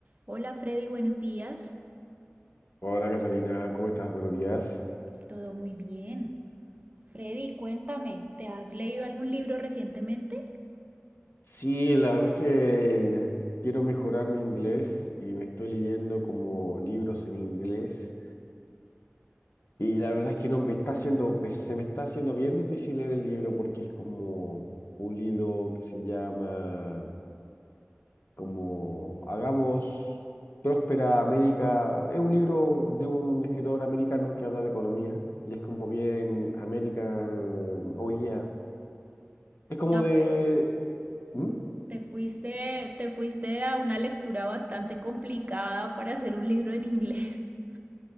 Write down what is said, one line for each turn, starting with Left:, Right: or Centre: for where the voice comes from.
Right: Hola Freddy, buenos días.
Left: Hola Catalina, ¿cómo estás? Buenos días.
Right: Todo muy bien. Freddy, cuéntame, ¿te has leído algún libro recientemente?
Left: Sí, la verdad es que quiero mejorar mi inglés y me estoy leyendo como libros en inglés y la verdad es que no me está haciendo, me- se me está haciendo bien difícil leer el libro porque es como un libro que se llama como Hagamos Próspera América. Es un libro de un escritor americano que habla de economía y es como bien American, oh yeah. Es como
Right: No,
Left: de...
Right: pero
Left: ¿Mm?
Right: Te fuiste, te fuiste a una lectura bastante complicada para hacer un libro en inglés.